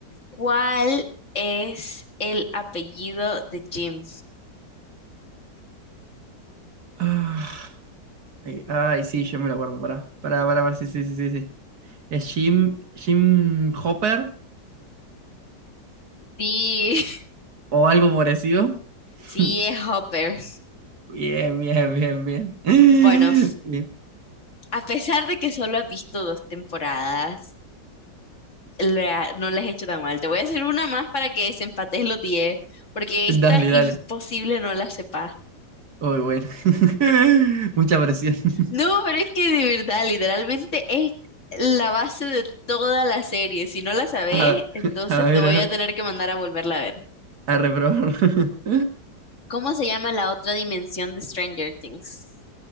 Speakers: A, on the left (about 45°); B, on the right (about 65°).
A: ¿Cuál es el apellido de Jim?
B: Ah, Ay, ay, sí, yo me lo acuerdo, pará. Pará, pará, pará, sí, sí, sí, sí. sí. Es Jim, Jim Hopper
A: Sí, <laughs>
B: o algo parecido. <laughs>
A: sí, es Hopper.
B: Bien, bien, bien, bien. <laughs>
A: Bueno,
B: Bien.
A: a pesar de que solo has visto dos temporadas, la- no la he hecho tan mal. Te voy a hacer una más para que desempates los 10 porque
B: Dale,
A: esta imposible
B: dale.
A: no la sepas.
B: Uy, bueno. <laughs> Mucha presión. <laughs>
A: No, pero es que de verdad, literalmente es la base de toda la serie. Si no la sabes,
B: A,
A: entonces
B: a ver,
A: te voy
B: a ver,
A: a tener que mandar a volverla a ver.
B: a reprobar. <laughs>
A: ¿Cómo se llama la otra dimensión de Stranger Things?